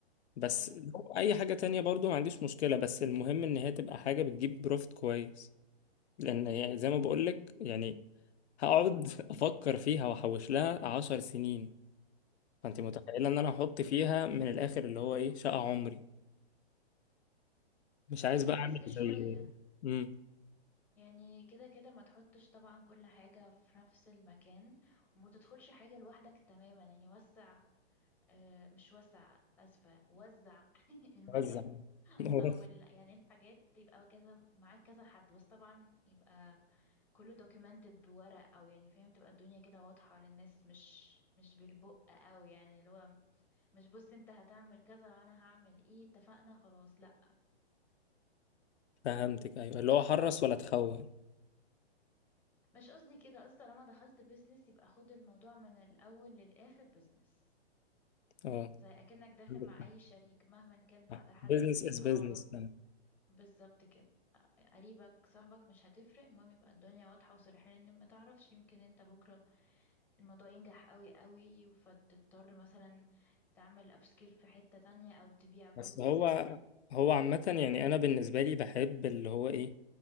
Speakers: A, on the left (about 80°); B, in the centre.
A: بس
B: ايوه
A: لو اي حاجه تانية برضو ما عنديش مشكله بس المهم ان هي تبقى حاجه بتجيب بروفت كويس لان يعني زي ما بقولك يعني هقعد <laughs> افكر فيها واحوش لها عشر سنين فانت متخيله ان انا احط فيها من الاخر اللي هو ايه شقه عمري مش
B: بص
A: عايز بقى
B: هو
A: اعمل
B: ريسك
A: زي
B: شوية
A: امم
B: يعني كده كده ما تحطش طبعا كل حاجة في نفس المكان وما تدخلش حاجة لوحدك تماما يعني وسع آه، مش وسع أسفة وزع <laughs> المهام
A: وزع <laughs>
B: او ال... يعني الحاجات يبقى كذا معاك كذا حد بس طبعا يبقى كله documented بورق او يعني فاهم تبقى الدنيا كده واضحة للناس مش مش بالبق قوي يعني اللي هو مش بص انت هتعمل كذا وانا هعمل ايه اتفقنا خلاص لا
A: فهمتك ايوه اللي هو حرص ولا تخون
B: مش قصدي كده قصدي طالما دخلت بيزنس يبقى خد الموضوع من الأول للآخر بيزنس
A: اه
B: زي أكنك داخل
A: عندك
B: مع أي شريك مهما كان بقى
A: حق
B: ده حد
A: بزنس
B: من صحابك
A: از بزنس
B: بالظبط كده قريبك صاحبك مش هتفرق المهم يبقى الدنيا واضحة وصريحة لأن ما تعرفش يمكن انت بكرة الموضوع ينجح قوي قوي فتضطر مثلا تعمل أبسكيل في حتة تانية أو تبيع جزء
A: بس هو
B: ف
A: هو عامه يعني انا بالنسبه لي بحب اللي هو ايه